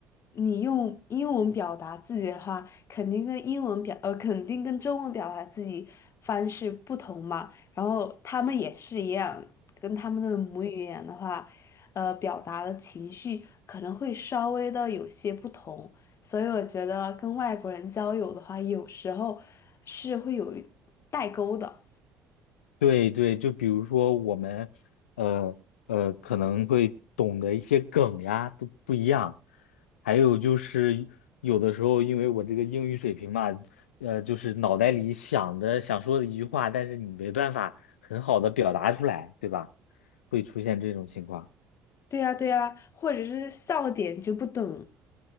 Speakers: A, on the left (about 45°); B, on the left (about 75°).
A: 你用英文表达自己的话，肯定跟英文表，呃，肯定跟中文表达自己方式不同嘛。然后他们也是一样，跟他们的母语言的话，呃，表达的情绪可能会稍微的有些不同。所以我觉得跟外国人交友的话，有时候是会有代沟的。
B: 对对，就比如说我们，呃呃，可能会懂得一些梗呀，都不一样。还有就是有的时候，因为我这个英语水平嘛，呃，就是脑袋里想的想说的一句话，但是你没办法很好的表达出来，对吧？会出现这种情况。
A: 对呀，对呀，或者是笑点就不懂。